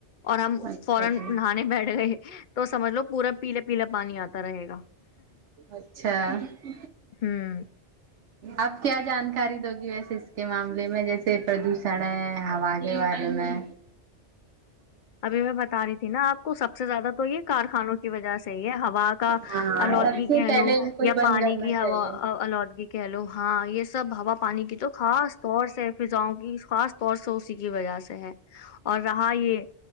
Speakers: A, on the left; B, on the right.
A: اور ہم
B: اچھا
A: فورن
B: جی
A: <unintelligible> کھانے بیٹھ گئے تو سمجھ لو پورا پیلا پیلا پانی آتا رہے گا
B: اچھا
A: ہوں <unintelligible>
B: آپ کیا جانکاری دو گی ویسے اس کے معاملے میں جیسے پردوشن ہے ہوا کے بارے میں
A: ابھی میں بتا رہی تھی نا آپ کو سب سے زیادہ تو یہ کارخانوں کی وجہ سے ہی ہے ہوا کا
B: ہاں
A: آلودگی
B: سب سے
A: کہہ
B: پہلے
A: لو
B: ان کو ہی
A: یا
B: بند
A: پانی
B: کرنا
A: کی ہوا
B: چاہیے
A: آلودگی کہہ لو ہاں یہ سب ہوا پانی کی تو خاص طور سے فضاؤں کی خاص <unintelligible> اور سو اسی کی وجہ سے <unintelligible> ہے اور رہا یہ